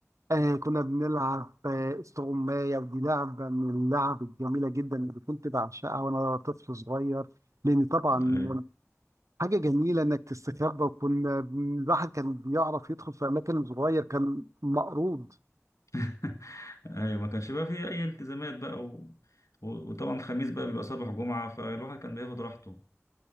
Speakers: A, on the right; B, on the left.
A: آه كنا بنلعب آه، استغماية ودي لعبة من اللعب الجميلة جدا اللي كنت بعشقها وأنا طفل صغير لأن طبعا
B: <laughs>
A: حاجة جميلة إنك تستخبى وكنا بن- الواحد كان بيعرف يدخل في أماكن صغير كان مقروض
B: <laughs> ايوه ما كانش بقى فيه اي التزامات بقى و... و... وطبعا الخميس بقى بيبقى صباح جمعة فالواحد كان بياخد راحته